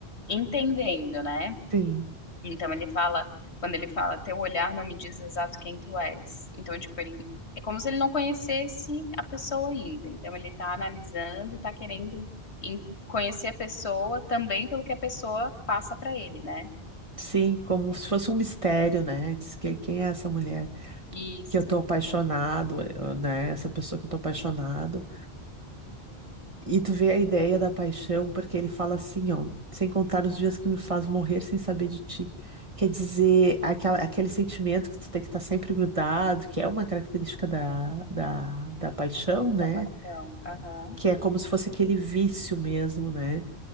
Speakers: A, on the left; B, on the right.
A: entendendo, né?
B: sim,
A: Então ele fala, quando ele fala, teu olhar não me diz exato quem tu és. Então, tipo, ele, é como se ele não conhecesse a pessoa ainda. Então ele tá analisando e tá querendo em- conhecer a pessoa também pelo que a pessoa passa pra ele, né?
B: sim, como se fosse um mistério, né? Diz que- Quem é essa mulher
A: Isso,
B: que eu tô apaixonado, eh, né? Essa pessoa que eu tô apaixonado. E tu vê a ideia da paixão, porque ele fala assim, ó, sem contar os dias que me faz morrer sem saber de ti. Quer dizer, aquela, aquele sentimento que tu tem que estar sempre grudado, que é uma característica da, da, da paixão, né?
A: da paixão. Aham.
B: Que é como se fosse aquele vício mesmo, né?